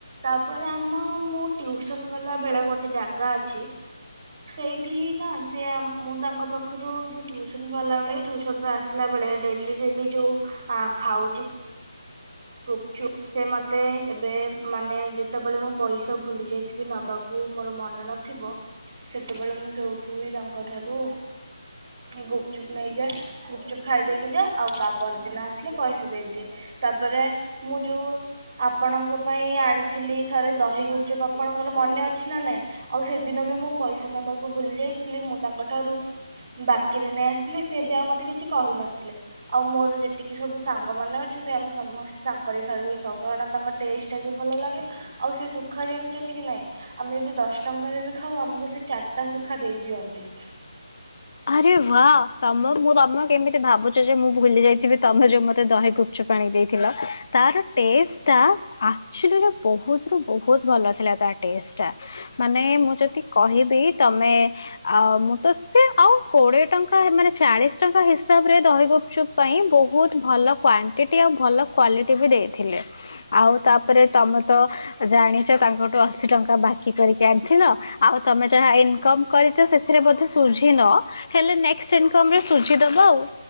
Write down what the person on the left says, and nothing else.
ଆରେ ୱାଃ ତମ ମୁଁ ତମ କେମିତି ଭାବୁଛ ଯେ ମୁଁ ଭୁଲି ଯାଇଥିବି ତମେ ଯୋଉ ମତେ ଦହି ଗୁପଚୁପ୍ ପାଣି ଦେଇଥିଲ ତାର ଟେଷ୍ଟ ଟା ଏକ୍ଟୁଆଲୀ ବହୁତ ରୁ ବହୁତ ଭଲ ଥିଲା ତା ଟଷ୍ଟ ଟା। ମାନେ ମୁଁ ଯଦି କହିବି ତମେ ଅ ମୁଁ ତ ସେ ଆଉ କୋଡିଏ ଟଙ୍କା ମାନେ ଚାଳିଶ ଟଙ୍କା ହିସାବରେ ଦହିଗୁପଚୁପ ପାଇଁ ବହୁତ ଭଲ କ୍ଵାଣ୍ଟିଟି ଆଉ ଭଲ କ୍ଵାଲିଟି ବି ଦେଇଥିଲେ ଆଉ ତାପରେ ତମେ ତ ଜାଣିଛ ତାଙ୍କଠୁ ଅଶୀ ଟଙ୍କା ବାକି କରିକି ଆଣିଥିଲ ଆଉ ତମେ ଯାହା ଇନକମ କରିଛ ସେଥିରେ ବଧେ ସୁଝି ନ ହେଲେନେକ୍ସଟ୍ ଇନକମ ରେ ସୁଝି ଦବ ଆଉ।